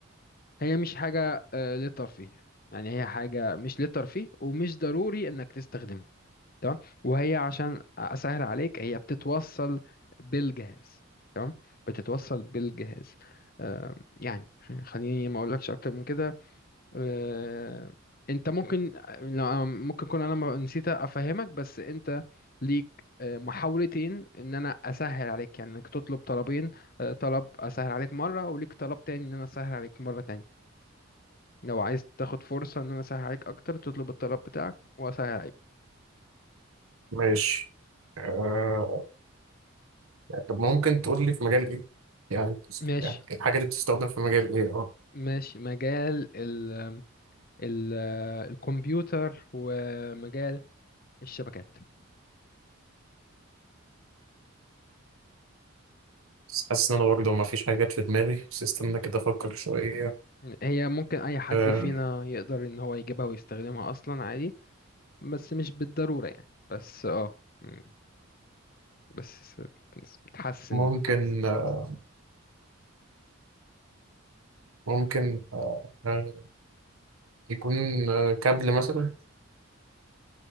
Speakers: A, on the left; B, on the right.
A: هي مش حاجه آه للترفيه يعني هي حاجه مش للترفيه ومش ضروري انك تستخدمها تمام وهي عشان اسهل عليك هي بتتوصل بالجهاز تمام بتتوصل بالجهاز آه يعني خليني ما اقولكش اكتر من كده آه، انت ممكن لا، ممكن اكون انا ما- نسيت افهمك بس انت ليك آه، محاولتين ان انا اسهل عليك يعني انك تطلب طلبين آه، طلب اسهل عليك مره وليك طلب تاني ان انا اسهل عليك مره تاني لو عايز تاخد فرصه ان انا اسهل عليك اكتر تطلب الطلب بتاعك واسهل عليك
B: ماشي آه... طب ممكن تقول لي في مجال ايه يعني بتست-
A: ماشي
B: يعني الحاجة دي بتستخدم في مجال ايه اه
A: ماشي مجال ال ال الكمبيوتر ومجال الشبكات
B: بس حاسس ان انا برضه ما فيش حاجات في دماغي بس استنى كده افكر شوية
A: هي ممكن اي حد
B: آه...
A: فينا يقدر ان هو يجيبها ويستخدمها اصلا عادي بس مش بالضرورة يعني بس اه مم. بس بت- بتحسن
B: ممكن آه... ممكن آه... آه، يكون آه... كابل مثلا